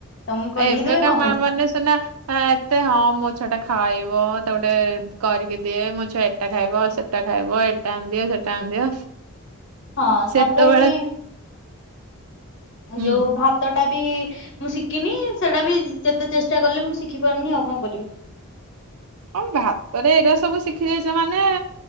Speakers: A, on the left; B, on the right.
A: ତମକୁ କରିକି
B: ଆଉ ଏବେକା
A: ଦେବେ କଣ
B: ମା
A: ପାଇଁ?
B: ମାନେ ସିନା ହ ଏତେ ହଁ ମୋ ଛୁଆ ଟା ଖାଇବ, ତାକୁ ଟିକେ କରିକି ଦିଏ ମୋ ଛୁଆ ଏଟା ଖାଇବ, ସେଟା ଖାଇବ, ଏଟା ଆଣିଦିଅ ସେଟା ଆଣିଦିଅ।
A: ହଁ
B: ସେତେବେଳେ
A: ତାପରେ ବି
B: ହୁଁ
A: ଯୋଉ ଭାତ ଟା ବି ମୁଁ ଶିଖିନି ସେଇଟା ବି ଯେତେ ଚେଷ୍ଟା କଲେ ମୁଁ ଶିଖିପାରୁନି ଆଉ କଣ କରିବି।
B: ହଁ ଭାତରେ ଏଇଟା ସବୁ ଶିଖି ଯାଇଛ ମାନେ